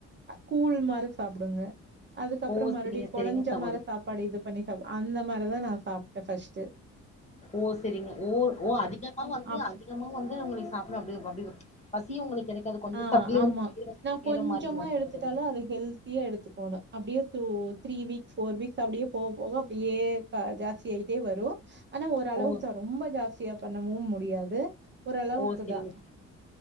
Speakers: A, on the right; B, on the left.
A: கூழ் மாரி சாப்பிடுங்க அதுக்
B: ஓ
A: அப்றோ மறுபடி
B: செரிங்க
A: குழஞ்ச
B: செரிங்க சகோதரி
A: மாறி சாப்பாடு இது பண்ணி சாப் அந்த மாதிரிதா நா சாப்ட்டே ஃபஸ்ட்டு
B: ஓ சரிங்க ஓ ஓ அதிகமா வந்து
A: அப்
B: அதிகமா வந்து உங்களுக்கு சாப்பிட அப்டி அப்டி பசியு உங்களுக்கு எடுக்காது கொஞ்சோ
A: ஆ
B: சாப்டலயு
A: ஆமா
B: அதிக
A: நா
B: நேர
A: கொஞ்சமா
B: மாதிரி வசரியது
A: எடுத்துட்டாலு அது ஹெல் தீயா எடுத்துக்கோணு அப்டியே two three weeks four weeks அப்டியே போக போக அப்டியே பா ஜாஸ்தி ஆயிட்டே வரு ஆனா ஓரளவுக்கு
B: ஓ
A: தா ரொம்ப ஜாஸ்தியா பண்ணவு முடியாது ஓரளவுக்கு
B: ஓ சரிங்க
A: தா